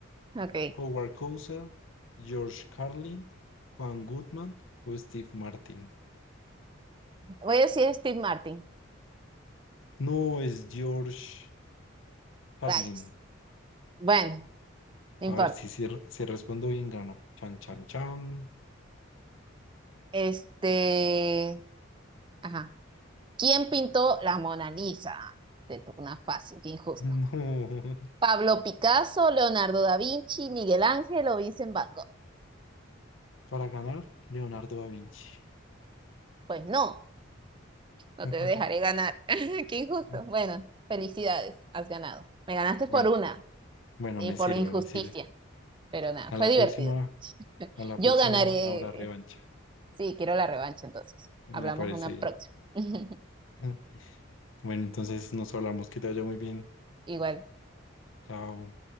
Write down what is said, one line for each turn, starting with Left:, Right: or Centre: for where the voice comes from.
Right: Ok.
Left: ¿Howard Cosell, George Carlin, Juan Goodman o Steve Martin?
Right: Voy a decir Steve Martin.
Left: No, es George Carlin.
Right: Rayos. Bueno, no
Left: A
Right: importa.
Left: ver si, si, si respondo bien, gano. Chan, chan, chan.
Right: Este, ajá. ¿Quién pintó la Mona Lisa? Te tocó una fácil, qué injusto.
Left: <laughs> No.
Right: Pablo Picasso, Leonardo da Vinci, Miguel Ángel o Vincent Van Gogh.
Left: Para ganar, Leonardo da Vinci.
Right: Pues no, no
Left: <laughs>
Right: te dejaré ganar. <laughs> Qué injusto.
Left: No.
Right: Bueno, felicidades, has ganado. Me ganaste
Left: Bueno,
Right: por una
Left: bueno,
Right: y
Left: me
Right: por
Left: sirve,
Right: injusticia,
Left: me sirve.
Right: pero nada,
Left: A
Right: fue
Left: la
Right: divertido.
Left: próxima, a la
Right: Yo
Left: próxima
Right: ganaré.
Left: habrá revancha.
Right: Sí, quiero la revancha entonces.
Left: Me
Right: Hablamos
Left: parece
Right: una
Left: bien.
Right: próxima. <laughs>
Left: <laughs> Bueno, entonces nos hablamos, que te vaya muy bien.
Right: Igual.
Left: Chao.